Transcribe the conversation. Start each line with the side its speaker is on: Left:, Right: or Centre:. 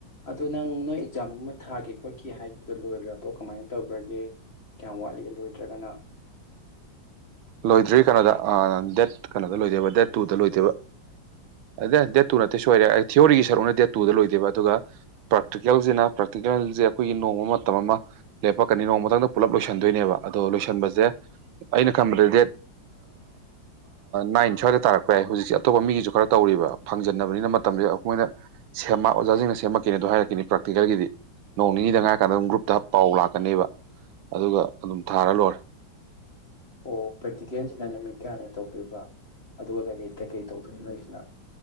Left: ꯑꯗꯨ ꯅꯪ ꯅꯣꯏ ꯑꯦꯛꯖꯥꯝ ꯑꯃ ꯊꯥꯒꯦ ꯈꯣꯠꯀꯦ ꯍꯥꯏꯕꯗꯣ ꯂꯣꯏꯈ꯭ꯔꯕꯣ ꯀꯃꯥꯏ ꯇꯧꯈ꯭ꯔꯒꯦ ꯀꯌꯥꯝ ꯋꯥꯠꯂꯤꯒꯦ ꯂꯣꯏꯗ꯭ꯔꯒꯅ
Right: ꯂꯣꯏꯗ꯭ꯔꯤ ꯀꯩꯅꯣꯗ ꯗꯦꯠ ꯀꯩꯅꯣꯗ ꯂꯣꯏꯗꯣꯏꯕ ꯗꯦꯠ ꯇꯨꯗ ꯂꯣꯏꯗꯣꯏꯕ ꯑꯗ ꯗꯦꯠ ꯇꯨ ꯅꯠꯇꯦ ꯁꯣꯏꯔꯦ ꯑꯩ ꯊꯤꯑꯣꯔꯤꯒꯤ ꯁꯔꯨꯛꯅ ꯗꯦꯠ ꯇꯨꯗ ꯂꯣꯏꯗꯣꯏꯕ ꯑꯗꯨꯒ ꯄ꯭ꯔꯥꯛꯇꯤꯀꯦꯜꯁꯤꯅ ꯄ꯭ꯔꯥꯛꯇꯤꯀꯦꯜꯒꯤꯁꯦ ꯑꯩꯈꯣꯏꯒꯤ ꯅꯣꯡꯃ ꯃꯇꯝ ꯑꯃ ꯂꯦꯞꯄꯛꯀꯅꯤ ꯅꯣꯡꯃꯇꯪꯗ ꯄꯨꯂꯞ ꯂꯣꯏꯁꯤꯟꯗꯣꯏꯅꯦꯕ ꯑꯗꯣ ꯂꯣꯏꯁꯤꯟꯕꯁꯦ ꯑꯩꯅ ꯈꯟꯕꯗ ꯗꯦꯠ ꯅꯥꯏꯟ ꯁ꯭ꯋꯥꯏꯗ ꯇꯥꯔꯛꯄ ꯌꯥꯏ ꯍꯧꯖꯤꯛꯁꯦ ꯑꯇꯣꯞꯄ ꯃꯤꯒꯤꯁꯨ ꯈꯔ ꯇꯧꯔꯤꯕ ꯐꯪꯖꯟꯅꯕꯅꯤꯅ ꯃꯇꯝꯁꯦ ꯑꯈꯣꯏꯅ ꯁꯦꯝꯃ ꯑꯣꯖꯥꯁꯤꯡꯅ ꯁꯦꯝꯃꯛꯈꯤꯅꯤꯗꯣ ꯍꯥꯏꯔꯛꯅꯤ ꯄ꯭ꯔꯥꯛꯇꯤꯀꯦꯜꯒꯤꯗꯤ ꯅꯣꯡ ꯅꯤꯅꯤꯗꯪ ꯉꯥꯏꯔꯀꯥꯟꯗ ꯑꯗꯨꯝ ꯒ꯭ꯔꯨꯞꯇ ꯄꯥꯎ ꯂꯥꯛꯀꯅꯦꯕ ꯑꯗꯨꯒ ꯑꯗꯨꯝ ꯊꯥꯔ ꯂꯣꯏꯔꯦ
Left: ꯑꯣ ꯄ꯭ꯔꯦꯛꯇꯤꯀꯦꯟꯁꯤꯅ ꯅꯨꯃꯤꯠ ꯀꯌꯥꯅꯤ ꯇꯧꯗꯣꯏꯕ ꯑꯗꯨꯒ ꯀꯩꯀꯩ ꯀꯩꯀꯩ ꯇꯧꯗꯣꯏꯅꯣ ꯅꯣꯏꯒꯤꯁꯤꯅ